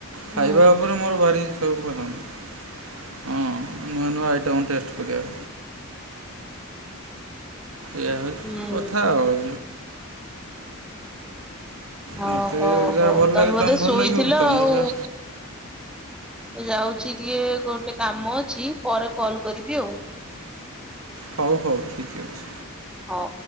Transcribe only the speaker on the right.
ଖାଇବା ଉପରେ ମୋର ଭାରି ସବୁ ପସନ୍ଦ ହଁ ନୂଆ ନୂଆ ଆଇଟମ୍ ଟେଷ୍ଟ କରିବା। ଏଇଆ ହଉଛି
କଥା ଆଉ। ମୋତେ
ଯାହା
ଭଲ
ଲାଗେ
ତମକୁ
ଭଲ ଲାଗିବନି ତମକୁ
ଯାହା
ହଉ ହଉ ଠିକ ଅଛି।